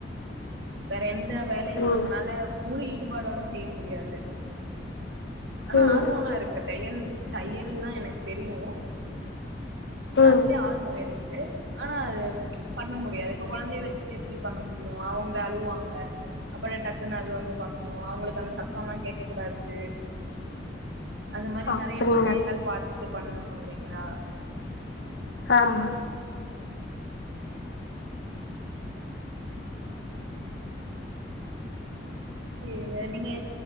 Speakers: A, on the right (about 85°); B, on the left (about 75°).
A: வேற எந்த வேலையு
B: தோழி
A: நம்மளால முழு ஈடுபாடோட செய்ய முடியாது ஆனா
B: ம் அப்டிங்களா ம்
A: ஆர்வோல்லா இருக்கு தையல் தையல்லா எனக்கு தெரியு
B: ம்
A: அதுலையு ஆர்வோ இருக்கு ஆனா அது பண்ண முடியாது இப்ப கொழந்தைய வச்சிட்டு எப்டி பண்ண முடியு அவுங்க அழுவாங்க அப்படே டக்குனு அது வந்து பாக்கனு அவங்களுக்கு அந்த சத்தலா கேக்க கூடாத் து அந்த மாரி
B: அப்டிங்களா
A: நெறைய விஷியங்கள் பாத்து பண்ணணு இல்லைங்ளா
B: ஆமா
A: செரிங்க நீங்க